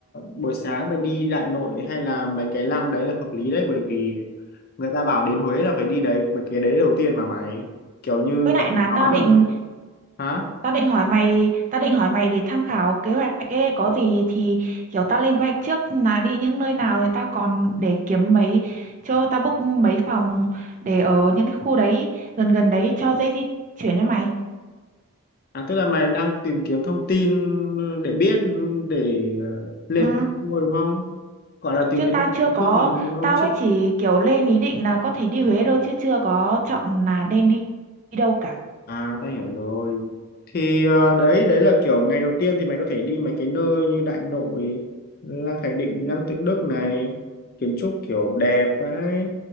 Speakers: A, on the left; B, on the right.
A: buổi sáng rồi đi Đại Nội hay là mấy cái lăng đấy là hợp lý đấy bởi vì người ta bảo đến Huế là phải đi đấy mấy cái đấy đầu tiên mà mày kiểu như
B: với
A: gọi
B: lại là
A: là nó
B: tao định
A: là hả
B: tao định hỏi mày tao định hỏi mày để tham khảo kế hoạch ấy có gì thì kiểu tao lên kế hoạch trước là đi những nơi nào thì tao còn để kiếm mấy cho tao book mấy phòng để ở những cái khu đấy gần gần đấy cho dễ di chuyển với mày
A: à tức là mày đang tìm kiếm thông tin để biết để ờ, lên
B: ừ.
A: kế hoạch tour đúng không gọi là tìm
B: chứ
A: kiếm
B: tao
A: thông tin
B: chưa có
A: trước này đúng không
B: tao
A: chứ
B: mới chỉ kiểu lên ý định là có thể đi Huế thôi chứ chưa có chọn là nên đi đi đâu cả
A: À tao hiểu rồi. Thì ờ, đấy đấy là kiểu ngày đầu tiên thì mày có thể đi mấy cái nơi như Đại Nội, Lăng Khải Định, Lăng Tự Đức này, kiến trúc kiểu đẹp vãi.